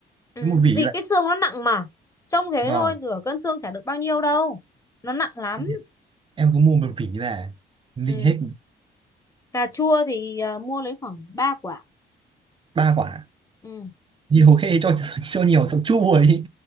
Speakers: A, on the left; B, on the right.
A: ừ.
B: nếu một vỉ
A: vì
B: vậy
A: cái xương nó nặng mà trông thế
B: vâng
A: thôi nửa cân xương chả được bao nhiêu đâu nó nặng lắm
B: Thế thì em cứ mua một vỉ về ninh
A: ừ.
B: hết
A: Cà chua thì à, mua lấy khoảng 3 quả.
B: ba quả
A: Ừ.
B: nhiều khê cho <laughs> cho nhiều sợ chua đi